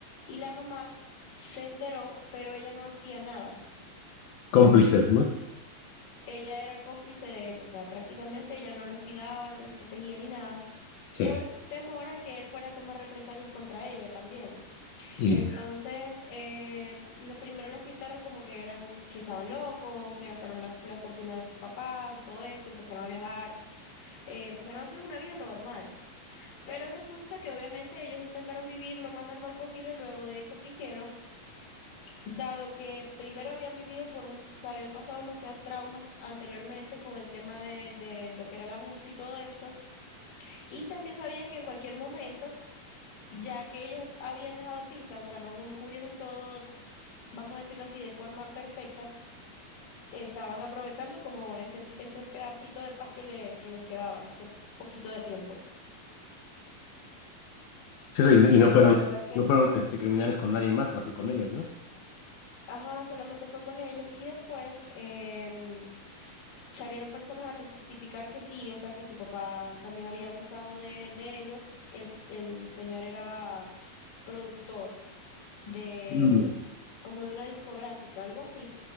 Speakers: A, on the left; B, on the left.
A: y la mamá se enteró, pero ella no hacía nada.
B: Cómplices más.
A: Ella era cómplice de él, o sea, prácticamente ella no los cuidaba, no los protegía ni nada,
B: Sí.
A: por temor a que él fuera a tomar represalias contra ella también.
B: Y
A: Entonces, eh, lo primero los pintaron como que eran, que estaban locos, se gastaron la, la fortuna de sus papás y todo esto, empezaron a viajar, eh, empezaron a hacer una vida normal. Pero resulta que obviamente ellos intentaron vivir lo más normal posible luego de eso que hicieron, dado que primero habían vivido por, mu- o sea, habían pasado demasiados traumas anteriormente con el tema de, de lo que era el abuso y todo esto, y también sabían que en cualquier momento, ya que ellos habían dejado pistas, o sea, no, no cubrieron todo, vamos a decirlo así, de forma perfecta, estaban aprovechando como ese, ese pedacito de paz que, le, que les quedaba, ese poquito de tiempo.
B: Sí, y no, y
A: Pero
B: no fueron,
A: de verdad que
B: no fueron este, criminales con nadie más, más que con ellos, ¿no?
A: Ajá, solamente fue con ellos y después em, salieron personas a testificar que sí, o sea, que su papá también había abusado de, de ellos. El, el señor era productor de
B: Mm.
A: como de una discográfica, algo así.